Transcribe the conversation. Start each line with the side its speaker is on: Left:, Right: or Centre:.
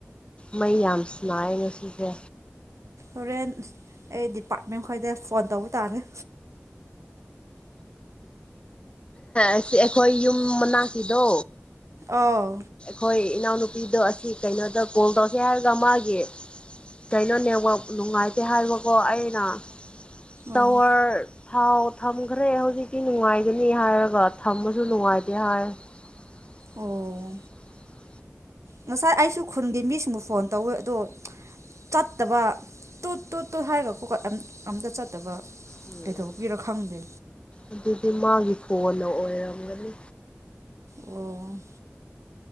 Left: ꯃꯩ ꯌꯥꯝ ꯁꯥꯟꯅꯥꯩꯌꯦ ꯉꯁꯤꯁꯦ
Right: ꯍꯣꯔꯦꯟ ꯑꯩ ꯗꯤꯄꯥꯔꯠꯃꯦꯟ ꯈꯣꯏꯗ ꯐꯣꯟ ꯇꯧꯕ ꯇꯥꯔꯦ
Left: ꯑꯁꯤ ꯑꯩꯈꯣꯏ ꯌꯨꯝ ꯃꯅꯥꯛꯀꯤꯗꯣ
Right: ꯑꯥ
Left: ꯍꯣꯏ ꯏꯅꯥꯎꯅꯨꯄꯤꯗꯣ ꯑꯁꯤ ꯀꯩꯅꯣꯗ ꯀꯣꯜ ꯇꯧꯔꯀꯦ ꯍꯥꯏꯔꯒ ꯃꯥꯒꯤ ꯀꯩꯅꯣ ꯅꯦꯠꯋꯥꯛ ꯅꯨꯡꯉꯥꯏꯇꯦ ꯍꯥꯏꯕꯀꯣ ꯑꯩꯅ ꯇꯋꯥ꯭ꯔ
Right: ꯑꯣ
Left: ꯊꯥꯎ ꯊꯝꯈ꯭ꯔꯦ ꯍꯧꯖꯤꯛꯇꯤ ꯅꯨꯡꯉꯥꯏꯒꯅꯤ ꯍꯥꯏꯔꯒ ꯊꯝꯕꯁꯨ ꯅꯨꯡꯉꯥꯏꯇꯦ ꯍꯥꯏ <inaudible>
Right: ꯑꯣ ꯉꯁꯥꯏ ꯑꯩꯁꯨ ꯈꯨꯟꯒꯤ ꯃꯤꯁꯤꯡꯕꯨ ꯐꯣꯟ ꯇꯧꯋꯦ ꯑꯗꯣ ꯆꯠꯇꯕ ꯇꯨꯠ ꯇꯨꯠ ꯇꯨꯠ ꯍꯥꯏꯔꯒꯀꯣ ꯑꯝꯇ ꯆꯠꯇꯕ
Left: ꯎꯝ
Right: ꯀꯩꯇꯧꯕꯩꯔ ꯈꯪꯗꯦ
Left: ꯑꯗꯨꯗꯤ ꯃꯥꯒꯤ ꯐꯣꯟꯅ ꯑꯣꯏꯔꯝꯒꯅꯤ
Right: ꯑꯣ